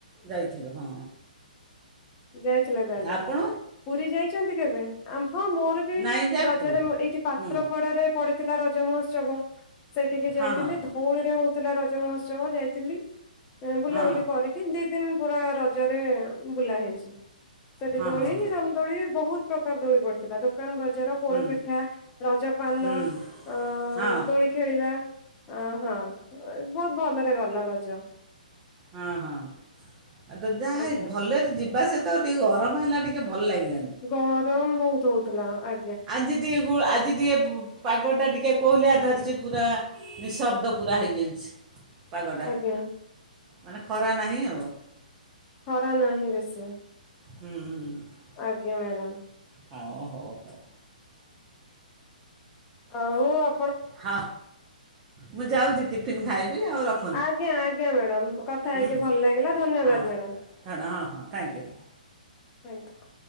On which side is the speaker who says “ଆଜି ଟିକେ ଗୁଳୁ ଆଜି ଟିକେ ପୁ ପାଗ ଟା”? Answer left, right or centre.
Right